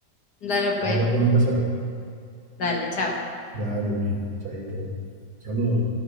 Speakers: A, on the left; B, on the right.
A: dale pues,
B: Que ahora tengo que hacer algo.
A: dale, chao.
B: Dale, mijo, chaito. Saludos.